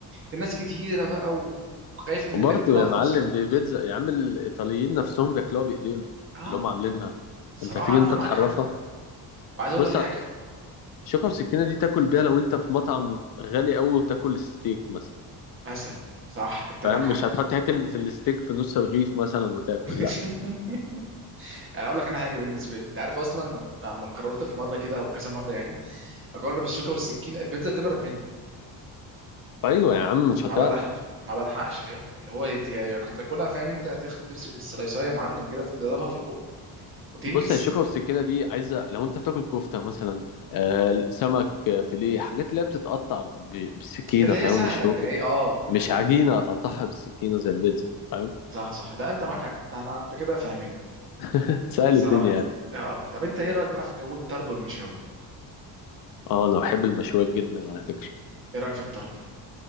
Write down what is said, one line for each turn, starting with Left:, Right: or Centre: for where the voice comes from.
Right: الناس كتيره بقى وخايف تديدك
Left: وبرضه
Right: تلغص
Left: يا معلم دي بيتزا يا عم الايطاليين نفسهم بياكلوها بايديهم
Right: اه
Left: اللي هم عاملينها
Right: صراحه
Left: انت هتيجي
Right: انت
Left: انت
Right: معاك
Left: تحرفها
Right: حق وعايز اقول
Left: بص
Right: لك حاجه
Left: الشوكه والسكينه دي تاكل بيها لو انت في مطعم غالي قوي وبتاكل ستيك مثلا
Right: مثلا صح انت
Left: فاهم
Right: معاك حق
Left: مش هتحط حته الستيك في نص الرغيف مثلا وتاكل
Right: <laughs>
Left: لا
Right: يعني اقول لك انا حاجه بالنسبه لي انت عارف اصلا لما لما قررت في مره كده او كذا مره يعني اجرب الشوكه والسكينه البيتزا بتبرد مني
Left: ايوه يا عم مش
Right: ما
Left: هتعرف
Right: بلحقش ما بلحقش فاهم اللي هو انت يا كنت تاكلها فاهم انت هتخ- تمسك السلايسايه يا معلم كده تضربها في البق وتنجز
Left: بص هي الشوكة والسكينة دي عايزة لو انت بتاكل كفتة مثلا آه، سمك آه، فيليه حاجات اللي هي بتتقطع ب- بالسكينة
Right: اللي هي
Left: فاهم
Right: سهله
Left: والشوكة
Right: اللي هي اه فاهم
Left: مش عجينة هتقطعها بالسكينة زي البيتزا فاهم
Right: صح صح ده انت معاك حق انت انا انت كده فاهمين
Left: <laughs> تسهل
Right: الصراحه
Left: الدنيا
Right: يعني
Left: يعني
Right: اه طب انت ايه رايك بقى في جو الطرب والمشاوي
Left: اه انا بحب المشويات جدا على فكرة
Right: ايه رايك في الطرب